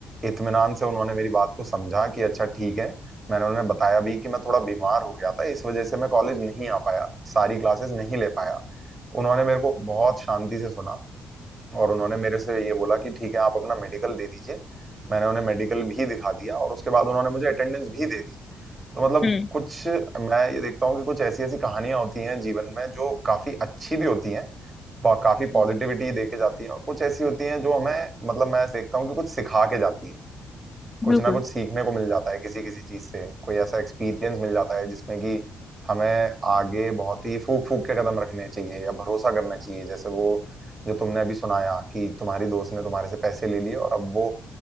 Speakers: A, on the right (about 20°); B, on the left (about 30°).
A: इत्मीनान से उन्होंने मेरी बात को समझा कि अच्छा ठीक है मैंने उन्हें बताया भी कि मैं थोड़ा बीमार हो गया था इस वजह से मैं कॉलेज नहीं आ पाया सारी क्लासेस नहीं ले पाया उन्होंने मेरे को बहुत शांति से सुना और उन्होंने मेरे से ये बोला कि ठीक है आप अपना मेडिकल दे दीजिए मैंने उन्हें मेडिकल भी दिखा दिया और उसके बाद उन्होंने मुझे अटेंडेंस भी दे दी तो मतलब
B: हम्म
A: कुछ मैं ये देखता हूँ कि कुछ ऐसी ऐसी कहानियां होती हैं जीवन में जो काफी अच्छी भी होती हैं बा- काफी पॉजिटिविटी
B: हम्म,
A: दे के जाती हैं और कुछ ऐसी होती हैं जो हमें मतलब मैं देखता हूँ कि कुछ सिखा के जाती हैं कुछ
B: बिल्कुल
A: ना कुछ सीखने को मिल जाता है किसी किसी चीज से कोई ऐसा एक्सपीरियंस मिल जाता है जिसमें कि हमें आगे बहुत ही फूक फूक के कदम रखने चाहिए या भरोसा करना चाहिए जैसे वो जो तुमने अभी सुनाया कि तुम्हारी दोस्त ने तुम्हारे से पैसे ले लिए और अब वो